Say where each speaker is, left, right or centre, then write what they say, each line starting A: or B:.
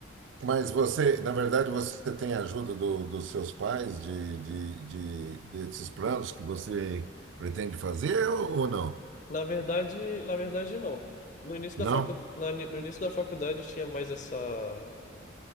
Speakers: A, on the right (about 70°); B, on the left (about 40°).
A: mas você, na verdade, você tem a ajuda do- dos seus pais de, de, de- desses planos que você pretende fazer ou, ou não?
B: Na verdade, na verdade, não. No início
A: Não?
B: da facu... na- No início da faculdade tinha mais essa...